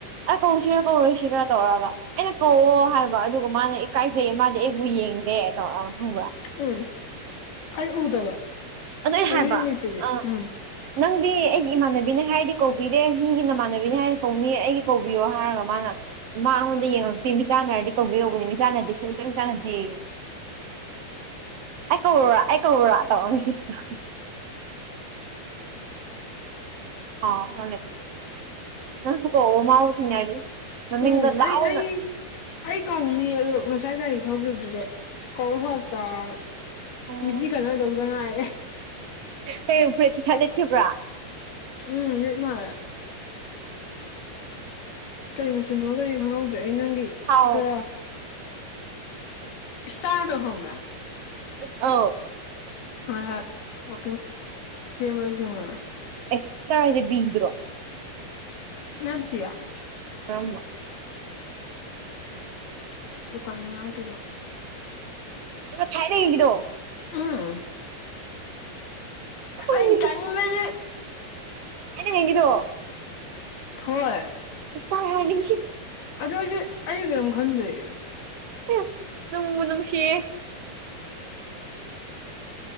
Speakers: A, on the right; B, on the left.
A: ꯑꯩ ꯀꯧꯁꯤꯔ ꯀꯧꯔꯣꯏꯁꯤꯔ ꯇꯧꯔꯒ ꯑꯩꯅ ꯀꯧꯑꯣ ꯍꯥꯏꯕ ꯑꯗꯨꯒ ꯃꯥꯅ ꯏꯀꯥꯏꯖꯩꯌꯦ ꯃꯥꯗꯤ ꯑꯩꯕꯨ ꯌꯦꯡꯗꯦ ꯇꯧꯔꯛ ꯈꯪꯕ꯭ꯔꯥ
B: ꯎꯝ ꯑꯩ ꯎꯗꯕ
A: ꯑꯗꯣ ꯑꯩ
B: ꯑꯗꯨꯏ
A: ꯍꯥꯏꯕ
B: ꯅꯨꯃꯤꯠꯇꯨꯗꯤ
A: ꯑꯥ
B: ꯎꯝ
A: ꯅꯪꯗꯤ ꯑꯩꯒꯤ ꯏꯃꯥꯟꯅꯕꯤꯅꯦ ꯍꯥꯏꯔꯗꯤ ꯀꯧꯕꯤꯗꯦ ꯃꯤꯒꯤ ꯅꯃꯥꯟꯅꯕꯤꯅꯦ ꯍꯥꯏꯔꯗꯤ ꯀꯧꯅꯤ ꯑꯩꯒꯤ ꯀꯧꯕꯤꯌꯣ ꯍꯥꯏꯔꯒ ꯃꯥꯅ ꯃꯉꯣꯟꯗ ꯌꯦꯡꯉꯛꯇꯦ ꯃꯤꯠ ꯆꯥꯅꯔꯗꯤ ꯀꯧꯒꯦ ꯃꯤꯆꯥꯅꯗꯤ ꯁꯨꯡꯆꯟ ꯆꯥꯅꯗꯦꯌꯦ ꯑꯩ ꯀꯧꯔꯣꯔꯥ ꯑꯩ ꯀꯧꯔꯣꯔ <unintelligible> ꯑꯧ ꯅꯪꯁꯨ ꯀꯧꯑꯣ ꯃꯥꯕꯨ ꯊꯦꯡꯅꯥꯔꯗꯤ ꯃꯃꯤꯡꯒ
B: ꯎꯝ
A: ꯂꯥꯎꯅ
B: ꯑꯩ ꯑꯩ ꯑꯩ ꯀꯧꯅꯤꯌꯦ ꯑꯗꯣ ꯉꯁꯥꯏ ꯒꯥꯔꯤ ꯊꯧꯒꯤꯕꯗꯨꯗꯤ ꯀꯧ ꯐꯔꯛ ꯇꯥꯔ
A: ꯎꯝ
B: ꯃꯤꯠꯆꯤ ꯈꯠꯅꯗꯧꯗ ꯉꯥꯏꫪꯦ
A: ꯀꯩ ꯄ꯭ꯔꯦꯇꯁ ꯅꯠꯁꯤꯕ꯭ꯔꯥ
B: ꯎꯝ ꯃꯥ ꯀꯔꯤ ꯃꯨꯆꯨꯅꯣꯒꯗꯤ ꯈꯪꯍꯧꯗ꯭ꯔꯦ ꯑꯩ ꯅꯪꯒꯤ
A: ꯍꯥꯎ
B: ꯈꯔ ꯏꯁꯇꯥꯔꯠ ꯑꯣꯍꯕ꯭ꯔꯥ
A: ꯑꯥꯎ
B: ꯑ ꯍ ꯋꯥꯛꯀꯤꯡ ꯆꯦꯟꯕꯗꯤ ꯊꯦꯡꯅꯔꯩ
A: ꯑꯦꯛꯁꯇ꯭ꯔꯥ ꯍꯥꯏꯁꯦ ꯕꯤꯗ꯭ꯔꯣ
B: ꯅꯠꯇꯌꯦ
A: ꯑꯃ
B: ꯂꯗꯨꯀꯥꯟ ꯃꯅꯥ ꯀꯗꯣ
A: ꯑꯗꯨ ꯊꯥꯏꯗ ꯀꯗꯤꯗꯣ
B: ꯎꯝ
A: ꯈꯪꯉꯦ
B: ꯑ ꯀꯪꯝꯕꯜ
A: ꯌꯦꯒꯤꯗꯣ
B: ꯍꯣꯏ
A: ꯏꯁ ꯍꯥꯏꯗꯤ
B: ꯑꯗꯨ ꯑꯩꯗꯤꯦ ꯑꯩ ꯀꯩꯅꯣꯝ ꯈꯟꯗ꯭ꯔꯔꯤꯦ
A: ꯅꯍꯦ ꯅꯨꯡꯕꯨ ꯅꯨꯡꯁꯤꯌꯦ
B: <inaudible>